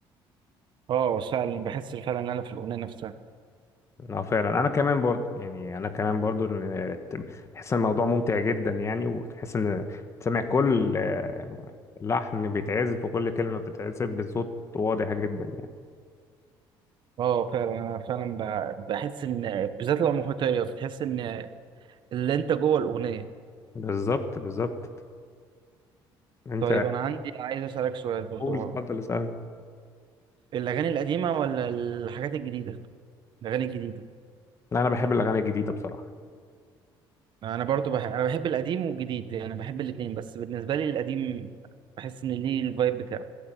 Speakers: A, on the right (about 55°); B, on the left (about 30°).
A: اه فعلا بحس فعلا إن أنا في الأغنية نفسها
B: اه فعلا انا كمان برضو يعني انا كمان برضو ال- تحس ان الموضوع ممتع جدا يعني وتحس ان تسمع كل آه، لحن بيتعزف وكل كلمة بتتعزف بصوت واضح جدا يعني.
A: اه فعلا أنا فعلا ب- بحس إن بالذات لو محيطية بتحس إن اللي أنت جوه الأغنية
B: بالظبط بالظبط انت
A: طيب أنا عندي عايز أسألك سؤال برضو
B: قول اتفضل اسألني
A: الأغاني القديمة ولا الحاجات الجديدة؟ الأغاني الجديدة
B: لا انا بحب الاغاني الجديدة بصراحة
A: أنا برضو بحب أنا بحب القديم والجديد يعني بحب الاتنين بس بالنسبة لي القديم بحس إن ليه الفايب بتاعه